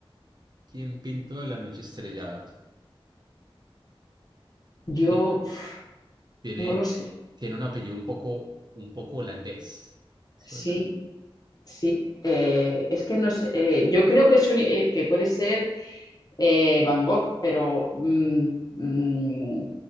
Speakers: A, on the right; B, on the left.
A: ¿Quién pintó la noche estrellada?
B: Yo
A: Ti-
B: pf,
A: Tiene,
B: no lo sé.
A: tiene un apellido un poco, un poco holandés. Suena.
B: Sí, Sí, eh, es que no sé, eh, yo creo que, es un- eh, que puede ser eh, Van Gogh, pero mm, mm,